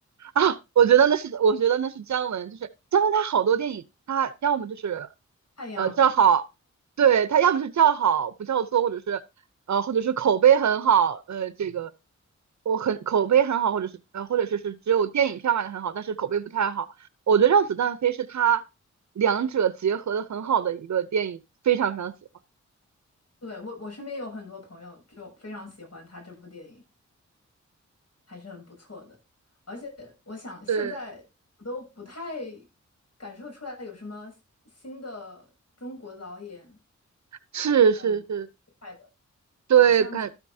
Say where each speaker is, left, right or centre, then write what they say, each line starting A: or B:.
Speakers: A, on the right (about 70°); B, on the left (about 60°).
A: 啊，我觉得那是，我觉得那是姜文，就是姜文他好多电影，他要么就是，
B: 太阳。
A: 呃，叫好，对，他要么是叫好不叫座，或者是，呃，或者是口碑很好，呃，这个我很口碑很好，或者是呃，或者是是只有电影票卖的很好，但是口碑不太好。我觉得《让子弹飞》是他两者结合的很好的一个电影，非常非常喜欢。
B: 对，我我身边有很多朋友就非常喜欢他这部电影，还是很不错的。而且我想现在我都不太
A: 对，
B: 感受出来有什么新的中国导演
A: 是是是，
B: 很厉害的，
A: 对，
B: 好像只
A: 感